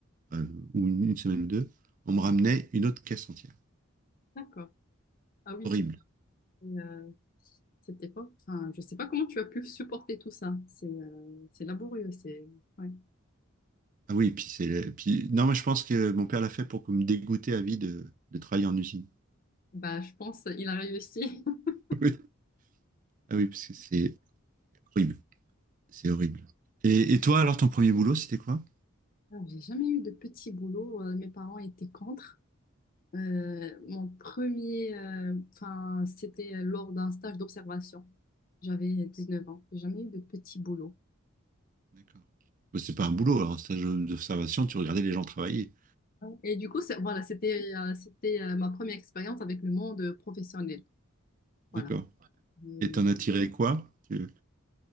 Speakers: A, on the right; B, on the left.
A: euh, ou une, une semaine ou deux, on me ramenait une autre caisse entière.
B: d'accord. Ah oui,
A: Horrible.
B: c'était euh, c'était pas. Enfin, je sais pas comment tu as pu supporter tout ça. C'est euh, c'est laborieux. C'est ouais.
A: Ah oui, puis c'est. le- Puis, non, moi je pense que mon père l'a fait pour que me dégoûter à vie de, de travailler en usine.
B: Bah, je pense il a réussi. <laughs>
A: <laughs> Oui. Ah oui, parce que c'est horrible. C'est horrible. Et, et toi, alors, ton premier boulot, c'était quoi?
B: Alors, J'ai jamais eu de petit boulot. euh, mes parents étaient contre. Euh, mon premier, euh, enfin, c'était lors d'un stage d'observation. J'avais 19 ans. J'ai jamais eu de petit boulot.
A: D'accord. Bah, c'est pas un boulot, alors, un stage d'observation, tu regardais les gens travailler.
B: Et du coup, c'est- voilà, c'était euh, c'était euh, ma première expérience avec le monde professionnel. Voilà.
A: D'accord.
B: Et,
A: Et t'en as tiré quoi? Tu-